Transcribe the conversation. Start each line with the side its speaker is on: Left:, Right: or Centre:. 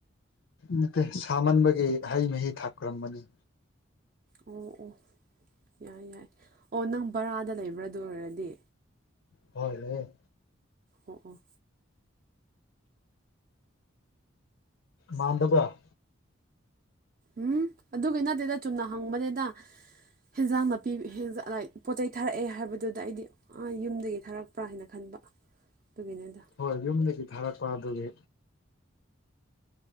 Left: ꯅꯠꯇꯦ ꯁꯥꯃꯟꯕꯒꯤ ꯍꯩ ꯃꯍꯤ ꯊꯥꯛꯀꯔꯝꯕꯅꯤ꯫
Right: ꯑꯣ ꯑꯣ ꯌꯥꯏ ꯌꯥꯏ ꯑꯣ ꯅꯪ ꯕꯔꯥꯗ ꯂꯩꯕ꯭ꯔꯥ ꯑꯗꯨ ꯑꯣꯏꯔꯗꯤ꫰
Left: ꯍꯣꯏ ꯂꯩꯌꯦ꯫
Right: ꯑꯣꯑꯣ꯫
Left: ꯃꯥꯟꯗꯕꯥꯔ꯫
Right: ꯎꯝ ꯑꯗꯨꯒꯤ ꯅꯠꯇꯦꯗ ꯆꯨꯝꯅ ꯍꯪꯕꯅꯤꯗ꯫ ꯍꯦꯟꯖꯥꯡ ꯅꯥꯄꯤ ꯍꯦꯟꯖꯥꯡ ꯂꯥꯏꯛ ꯄꯣ ꯆꯩ ꯊꯥꯔꯛꯑꯦ ꯍꯥꯏꯕꯗꯨꯗ ꯑꯩꯗꯤ꯫ ꯑ ꯌꯨꯝꯗꯒꯤ ꯊꯥꯔꯛꯄ꯭ꯔꯥ ꯍꯥꯏꯅ ꯈꯟꯕ ꯑꯗꯨꯒꯤꯅꯤꯗ꯫
Left: ꯍꯣꯏ ꯌꯨꯝꯗꯒꯤ ꯊꯥꯔꯛꯄ ꯑꯗꯨꯅꯤ꯫